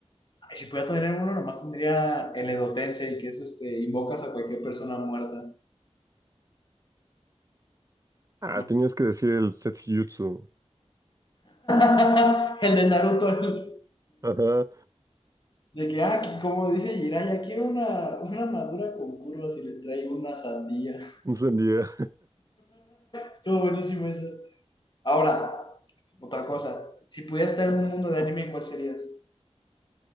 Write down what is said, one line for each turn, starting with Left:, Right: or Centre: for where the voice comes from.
Left: Ay, si pudiera tener uno, nomás tendría el Edo Tensei, que es este, invocas a cualquier persona muerta.
Right: Ah,
Left: Imagínate.
Right: tenías que decir el Setjutsu.
Left: <laughs> El de Naruto, el
Right: Ajá.
Left: De que, ah, aquí, como dice Jiraya, quiero una, una madura con curvas y le traigo una sandía. <laughs>
Right: No sería
Left: Estuvo buenísimo eso. Ahora, otra cosa. Si pudieras estar en un mundo de anime, ¿cuál serías?